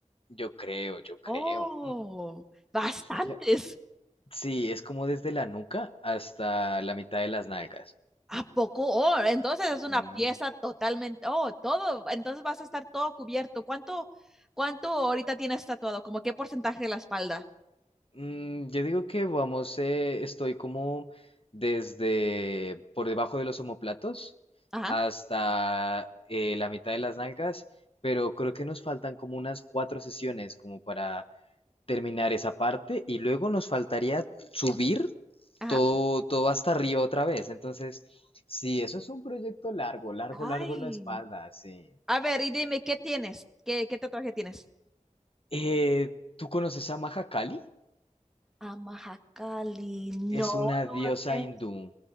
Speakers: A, on the left; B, in the centre.
A: yo creo, yo creo.
B: Oh, bastantes.
A: Ya. Sí, es como desde la nuca hasta la mitad de las nalgas.
B: ¿A poco? Oh, entonces es
A: Ujú.
B: una pieza totalmente, oh, todo, entonces vas a estar todo cubierto. ¿Cuánto, cuánto ahorita tienes tatuado? ¿Como qué porcentaje de la espalda?
A: Mm, yo digo que vamos, eh, estoy como desde por debajo de los omóplatos
B: Ajá,
A: hasta eh, la mitad de las nalgas, pero creo que nos faltan como unas cuatro sesiones como para terminar esa parte y luego nos faltaría subir
B: ajá.
A: todo, todo hasta arriba otra vez. Entonces, sí, eso es un proyecto largo, largo,
B: Ay,
A: largo la espalda, sí.
B: A ver, y dime, ¿qué tienes? ¿Qué, qué tatuaje tienes?
A: Eh, ¿tú conoces a Mahakali?
B: A Amahakali,
A: Es
B: no,
A: una
B: no,
A: diosa
B: ¿qué
A: hindú.
B: es?